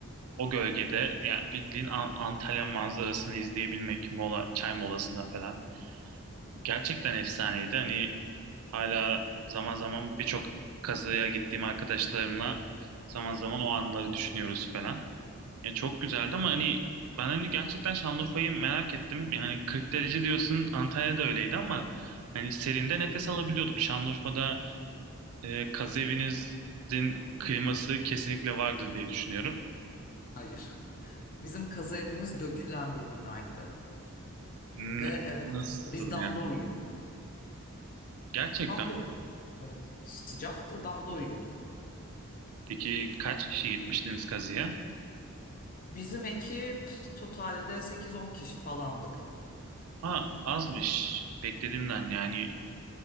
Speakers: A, on the right; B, on the left.
A: o gölgede yani bildiğin An- Antalya manzarasını izleyebilmek mola, çay molasında falan. Gerçekten efsaneydi. Hani hala zaman zaman birçok kazıya gittiğim arkadaşlarımla zaman zaman o anları düşünüyoruz falan. Yani çok güzeldi ama hani ben hani gerçekten Şanlıurfa'yı merak ettim. Yani 40 derece diyorsun Antalya'da öyleydi ama hani serinde nefes alabiliyorduk. Şanlıurfa'da e, kazı evinizin kliması kesinlikle vardır diye düşünüyorum.
B: Hayır. Bizim kazı evimiz dökülen bir binaydı.
A: N-
B: Ve evet
A: nasıl
B: haklı. biz damda
A: yani?
B: uyuyorduk.
A: Gerçekten
B: Damda
A: mi?
B: uyuyorduk. Evet. Sıcaktı damda uyuyorduk.
A: Peki kaç
B: Bayağı.
A: kişi gitmiştiniz kazıya?
B: Bizim ekip totalde sekiz on kişi falandık.
A: Ha azmış. Beklediğimden yani